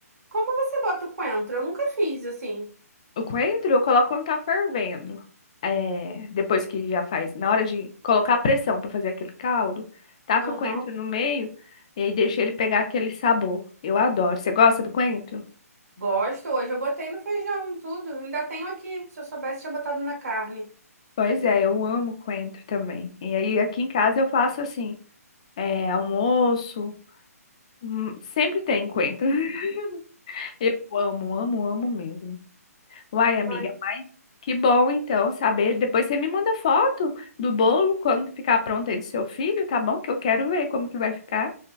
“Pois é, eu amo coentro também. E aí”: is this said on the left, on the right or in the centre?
Left